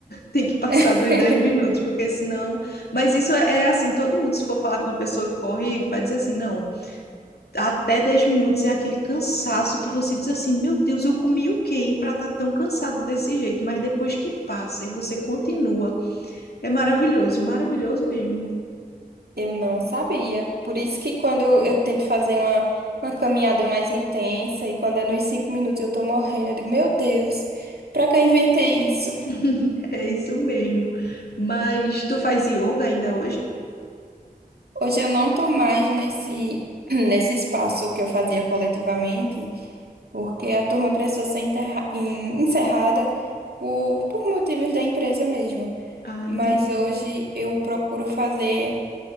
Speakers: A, on the left; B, on the right.
A: Tem que passar
B: <laughs>
A: dos 10 minutos, porque senão. Mas isso é, é assim: todo mundo, se for falar com uma pessoa que corre, vai dizer assim: não, até 10 minutos é aquele cansaço que você diz assim: meu Deus, eu comi o quê para estar tão cansado desse jeito? Mas depois que passa e você continua, é maravilhoso, maravilhoso mesmo.
B: Eu não sabia. Por isso que quando eu tento fazer uma, uma caminhada mais intensa e quando é nos cinco minutos eu tô morrendo, eu digo, meu Deus, pra que eu inventei isso?
A: <laughs> É isso mesmo. Mas tu faz yoga ainda hoje?
B: Hoje eu não tô mais nesse, <clears throat> nesse espaço que eu fazia coletivamente, porque a turma precisou ser enterra- en- encerrada por, por motivos da empresa mesmo.
A: Ah,
B: Mas
A: entendi.
B: hoje eu procuro fazer.